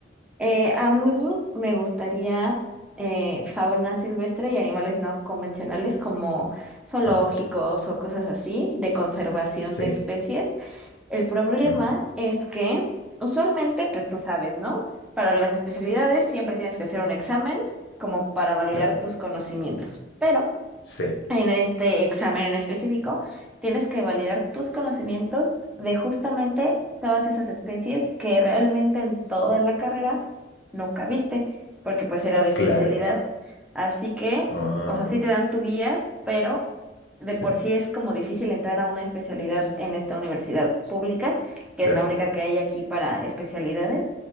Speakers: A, in the centre; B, on the left (about 75°).
A: Eh, a mí me gustaría eh, fauna silvestre y animales no convencionales como zoológicos
B: Ajá,
A: o cosas así, de conservación
B: sí,
A: de especies. El problema
B: ujú,
A: es que usualmente, pues tú sabes, ¿no? Para las especialidades siempre tienes que hacer un examen como para validar
B: claro,
A: tus conocimientos, pero...
B: sí,
A: En este examen en específico, tienes que validar tus conocimientos de justamente todas esas especies que realmente en toda la carrera nunca viste, porque pues era de especialidad.
B: claro,
A: Así que,
B: ah,
A: o sea, sí te dan tu guía, pero de
B: sí,
A: por sí es como difícil entrar a una especialidad en esta universidad pública, que
B: claro.
A: es la única que hay aquí para especialidades